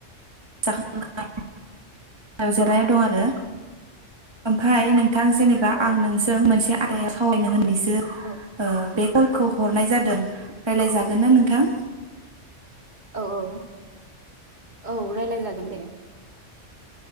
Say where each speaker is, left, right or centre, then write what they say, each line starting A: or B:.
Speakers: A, on the right; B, on the right.
A: <unintelligible> जिरायनानै दं आरो ओमफ्राय नों थां जेनेबा
B: औ
A: आं नोंजों मोनसे आदायाव सावरायनो होननायसो
B: औ
A: बे कलखौ हरनाय जादों रायलायजागोन ना नोंथां?
B: औ औ औ रालाय जागोन दे।